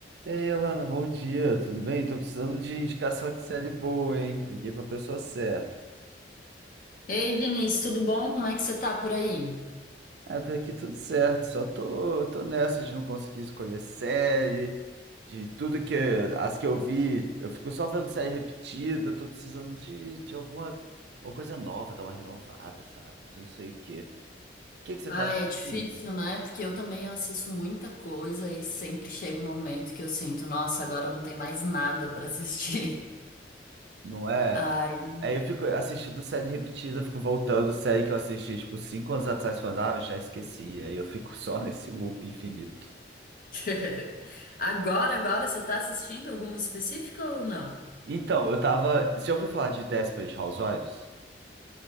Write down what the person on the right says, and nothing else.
E aí, Alana, bom dia, tudo bem? Tô precisando de indicação de série boa, hein? Liguei pra pessoa certa.
É, por aqui tudo certo, só tô, tô nessa de não conseguir escolher série, de tudo que as que eu vi, eu fico só vendo série repetida, tô precisando de, de alguma uma coisa nova, dar uma renovada, sabe? Mas eu não sei o quê. O que que você
tá assistindo?
Não é?
Aí eu fico assistindo série repetida, fico voltando, série que eu assisti, tipo, cinco anos atrás, falando, ah, eu já esqueci. Aí eu fico só nesse loop infinito.
Então, eu tava. Você já ouviu falar de Desperate Housewives?